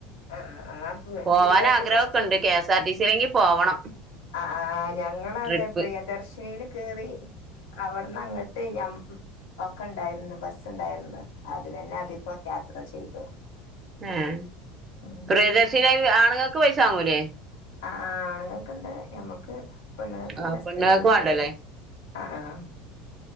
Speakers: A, on the left; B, on the right.
A: ആ ആ
B: പോവാൻ
A: പിള്ളേർക്കൊക്കെ
B: ആഗ്രഹൊക്കെണ്ട് കെ എസ് ആർ ടി സിയിലെങ്കി പോവണം
A: ആഹ് ആഹ് ഞങ്ങളതെ
B: ട്രിപ്പ്
A: പ്രിയദർശിനില് കേറി അവിട്ന്ന് അങ്ങട്ട് ഞ ഒക്കെ ഇണ്ടായിരുന്നു ബസ്സുണ്ടായിരുന്നു അതിനല്ല അധികം യാത്ര ചെയ്ത്
B: ഉം
A: ഉം
B: പ്രിയദശനായി ആണുങ്ങൾക്ക് പൈസ വാങ്ങൂല്ലേ
A: ആഹ് ആഅ ആണുങ്ങൾക്കുണ്ട് ഞമ്മക്ക് പെണ്ണുങ്ങൾക്കില്ല
B: ആഹ് പെണ്ണുങ്ങൾക്ക്
A: സ്ത്രീകൾക്ക്
B: വേണ്ടല്ലേ
A: ആഹ് ആഹ്